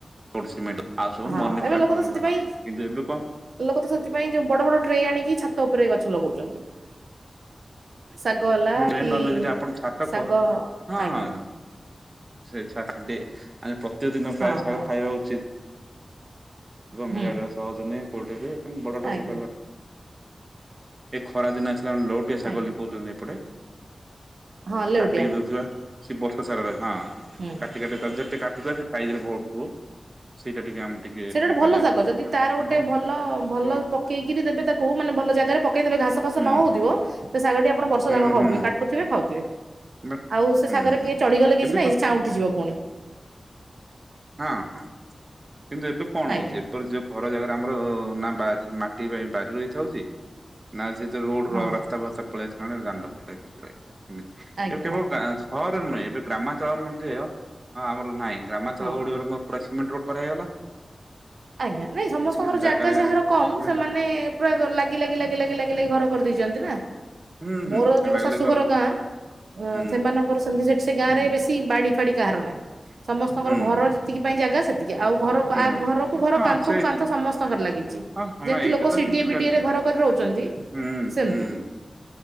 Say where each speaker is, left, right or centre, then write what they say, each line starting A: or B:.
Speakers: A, on the right (about 40°); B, on the right (about 85°).
A: ତୋ ସିମେଣ୍ଟ ଆସ
B: ହଁ
A: ମନି
B: ଏବେ
A: ପ୍ଲାଣ୍ଟ
B: ଲୋକ ତ ସେଥିପାଇଁ
A: କିନ୍ତୁବେ।
B: ଲୋକ ତ ସେଥିପାଇଁ ଯୋଉ ବଡ ବଡ ଟ୍ରେ ଆଣିକି ଛାତ ଉପରେ ଗଛ ଲଗଉଛନ୍ତି। ଶାଗ ହେଲା
A: ଟ୍ରେନ
B: କି
A: ନହେଲେ ଯଦି ଆପଣ ଛାତ
B: ଶାଗ
A: ହଁ
B: ଆଜ୍ଞା।
A: ହଁ ସେ <unintelligible> ପ୍ରତ୍ୟେକ ଦିନ
B: ହଁ
A: ପ୍ରାୟ ଶାଗ
B: ହଁ
A: ଖାଇବା ଉଚିତ। ମଳା
B: ହୁଁ
A: ସହଜୁଁ କୋ କିୁ ବଡ ବଡ
B: ଆଜ୍ଞା
A: ଶିଖ। ଏ ଖରା ଦିନ ଆସିଲା ଆମେ ଲଉଟିଆ ଶାଗ
B: ଆଜ୍ଞା
A: ବୋଲି କହୁଛନ୍ତି ଏପଟେ।
B: ହଁ ଲେଉଟିଆ
A: କାଟିକି ଦଉଥିବା ସେ ବର୍ଷା ସାରାରେ ହଁ
B: ହୁଁ
A: କାଟି କାଟି ଯେତେ ସେ ସାଇଜରେ ବଢୁଥିବ। ସେଇଟା ଟିକେ ଆମେ ଟିକେ
B: ସେଟା
A: ଖାଇପାରିବା
B: ଗୋଟେ ଭଲ ଶାଗ ଯଦି ତାର ଗୋଟେ
A: ନହଲେ
B: ଭଲ ଭଲ
A: ହୁଁ
B: କେକିରି ଦେବେ ତାକୁ ମାନେ ଭଲ ଜାଗାରେ ପକେଇ ଦେେବେ ଘାସ ଫାସ
A: ହୁଁ
B: ନ ହଉଥିବ ସେ ଶାଗ ଟି ଆପଣ ବର୍ଷ
A: ହୁଁ
B: ଯା ଖାଉଥିବେ।
A: ହୁଁ
B: କା ଟୁଥିବେ ଖାଉଥିବେ
A: ବା
B: ଆଉ ସେ
A: ହୁଁ
B: ଶାଗରେ କି ଚଢିଗଲେ କିଛି
A: ଏବେ
B: ନାଇଁ
A: କ
B: ସାଁ ଉଠିଯିବ ପୁଣି।
A: ହଁ ହଁ। କିନ୍ତୁ ଏବେ କଣ
B: ଆଜ୍ଞା
A: ହଉଛି ଏବେ ଯୋଉ ଘର ଜାଗାରେ ଆମର ନାରି ମାଟି ପାଇଁ ବାରି ରହିଥାଉଛି। ନା ସେ ତ ରୋଡ
B: ହଁ
A: ର ରାସ୍ତାବସ୍ତା ପଳେଇସ କଣ ଦାଣ୍ଡ ଫ କିଛି ରହିଥାଏ ସେମିତି।
B: ଆଜ୍ଞା
A: ଏବେ କେବଳ
B: ଆଜ୍ଞା।
A: ସହରରେ ନୁହେଁ ଏବେ ଗ୍ରାମାଞ୍ଚଳ ମଧ୍ୟ ଆମର ନାହିଁ ଗ୍ରାମା ଗ ମୋ
B: ହଁ
A: ପୁର ସିମଣ୍ଟ ରୋ କରଇଗଲା।
B: ଆଜ୍ଞା ନାଇଁ ସମସ୍ତଙ୍କର
A: କିଛି ଜାଗାରେ
B: ଜାଗା ଯାହାର କମ
A: ହୁଁ
B: ସେମାନେ। ପୁରା ଲାଗି ଲାଗି, ଲାଗି ଲାଗି, ଲାଗି ଲାଗି ଘର କରି ଦେଇଛନ୍ତି ନା।
A: ହୁଁ
B: ମୋର
A: ହୁଁ ସେ
B: ଯୋଉ
A: ଲାଗିଲେ
B: ଶାଶୁଘର
A: ଘର
B: ଗାଁ,
A: ହୁଁ
B: ସେମାନଙ୍କ ର,,, ସେମତି ସେଠି ସେ ଗାଁରେ, ବେଶୀ ବାଡ଼ି ଫାଡ଼ି କାହାର ନାହିଁ। ସମସ୍ତଙ୍କର
A: ହୁଁ
B: ଘର ଯେତିକି ପାଇଁ ଜାଗା ସେତିକି, ଆଉ ଘର,,, ଆ,
A: ହୁଁ
B: ଘରକୁ ଘର
A: ହଁ
B: କାନ୍ଥ
A: ସେଇ
B: କୁ କାନ୍ଥ ସମସ୍ତଙ୍କର ଲାଗିଛି।
A: ହଁ ହଁ
B: ଯେମିତି
A: ନା ଏଇଟା
B: ଲୋକ,
A: ତ
B: ସିଡିଏ
A: ସେମିତି
B: ଫିଡିଏ
A: ଚାଲିଛି
B: ରେ ଘର କରି ରହୁଛନ୍ତି,,,
A: ହୁଁ
B: ସେମ୍
A: ହୁଁ
B: ତି।